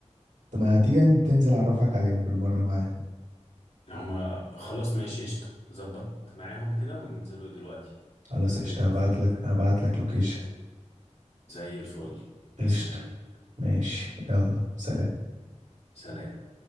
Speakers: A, on the right; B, on the left.
A: طب ما تيجي أن- تنزل اعرفك عليهم بالمرة معايا
B: هما خلاص ماشي قشطة ظبط معاهم كده وننزلوا دلوقتي
A: خلاص
B: أنا
A: قشطة
B: كده كده
A: هبعت
B: فاضي
A: لك هبعت لك لوكيشن
B: زي الفل مستني
A: قشطة ماشي يلا سلام
B: سلام